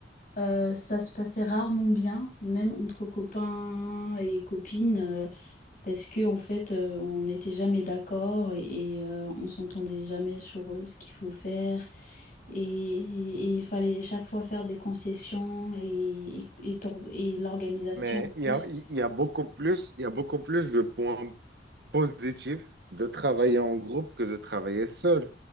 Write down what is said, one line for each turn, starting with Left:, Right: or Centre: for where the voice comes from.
Left: Euh, ça se passait rarement bien, même entre copains et copines, euh, parce que en fait, euh, on n'était jamais d'accord et, et, euh, on s'entendait jamais sur euh, ce qu'il faut faire. Et, et- et il fallait chaque fois faire des concessions et, et, et tor- et l'organisation
Right: Mais
Left: en
Right: il
Left: plus.
Right: y a, il y a beaucoup plus, il y a beaucoup plus de points positif de travailler en groupe que de travailler seul.